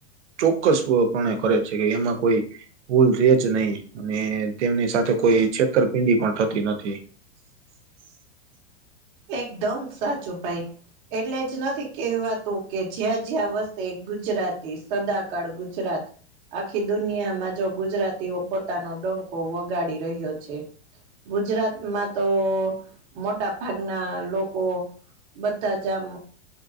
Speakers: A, on the right; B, on the right.
A: ચોક્કસપણે કરે છે કે એમાં કોઈ ભૂલ રેજ નહી અને તેમની સાથે કોઈ છેતરપિંડી પણ થતી નથી. <inaudible>
B: એકદમ સાચું ભાઈ. એટલે જ નથી કેહેવાતું કે જ્યાં જ્યાં વસે ગુજરાતી સદાકાળ ગુજરાત આખી દુનિયામાં જો ગુજરાતીઓ પોતાનો ડંકો વગાડી રહ્યો છે. ગુજરાતમાં તો મોટા ભાગના લોકો બધા જમ